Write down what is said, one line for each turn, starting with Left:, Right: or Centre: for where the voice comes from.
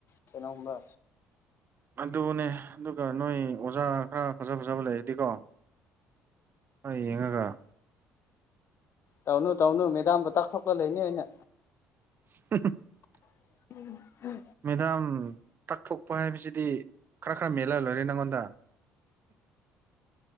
Left: ꯀꯩꯅꯣꯒꯨꯝꯕ
Right: ꯑꯗꯨꯅꯦ ꯑꯗꯨꯒ ꯅꯣꯏ ꯑꯣꯖꯥ ꯈꯔ ꯐꯖ ꯐꯖꯕ ꯂꯩꯔꯗꯤꯀꯣ ꯑ ꯌꯦꯉꯀ
Left: ꯇꯧꯅꯨ ꯇꯧꯅꯨ ꯃꯦꯗꯥꯝ ꯄꯇ ꯈꯧꯀ ꯂꯩꯅꯦ ꯑꯩꯅ
Right: <inaudible>
Left: ꯎꯝ
Right: ꯃꯦꯗꯥꯝ ꯇꯛꯊꯣꯛꯄ ꯍꯥꯏꯕꯁꯤꯗꯤ ꯈꯔ ꯈꯔ ꯃꯦꯜꯍꯜꯂꯣꯏꯔꯦ ꯅꯪꯉꯣꯟꯗ